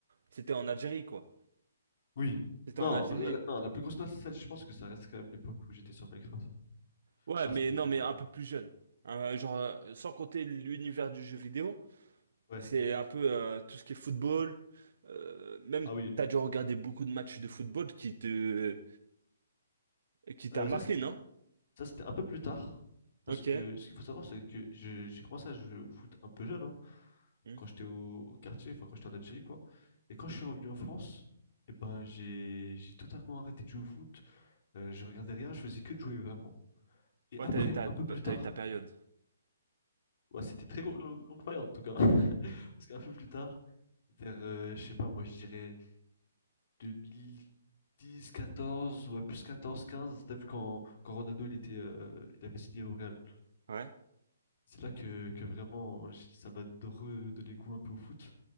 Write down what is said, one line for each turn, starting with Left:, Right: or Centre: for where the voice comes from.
Right: c'était en Algérie, quoi.
Left: Oui.
Right: C'était
Left: Non,
Right: en Algérie.
Left: bah, la, la- non, la plus grosse salle, je pense que ça reste quand même l'époque où j'étais sur Minecraft.
Right: Ouais,
Left: Ah,
Right: mais
Left: c'était
Right: non,
Left: vraiment.
Right: mais un peu plus jeune. Hein, genre, euh, sans compter l'univers du jeu vidéo.
Left: Ouais.
Right: C'est un peu euh, tout ce qui est football. Euh, même,
Left: Ah oui.
Right: t'as dû regarder beaucoup de matchs de football qui te, qui t'a
Left: Euh,
Right: marqué,
Left: ça, c'était
Right: non?
Left: ça, c'était un peu plus tard. Parce
Right: Ok.
Left: que ce qu'il faut savoir, c'est que je- j'ai commencé à jouer au foot un peu jeune, hein,
Right: Hmm.
Left: quand j'étais au, au quartier, enfin quand j'étais en Algérie, quoi. Et quand je suis revenu en France, eh ben, j'ai j'ai totalement arrêté de jouer au foot. Euh, je regardais rien, je faisais que de jouer vraiment. Et
Right: Ouais,
Left: après,
Right: t'as eu ta,
Left: un
Right: t'as
Left: peu plus tard,
Right: eu ta période.
Left: ouais, c'était très long- longue période en tout cas. <laughs> Parce qu'un peu plus tard, vers, euh, je sais pas, moi je dirais. deux mille dix quatorze ouais, plus 14 quinze T'as vu quand, quand Ronaldo il était, euh, il avait signé au Real.
Right: Ouais.
Left: C'est là que, que vraiment j- ça m'a redonné goût un peu au foot.